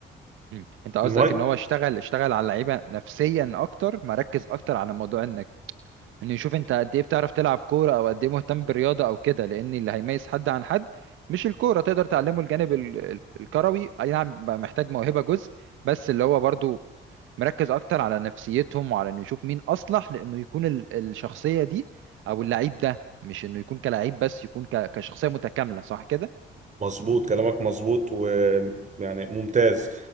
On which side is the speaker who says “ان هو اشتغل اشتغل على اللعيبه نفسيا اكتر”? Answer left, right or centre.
Right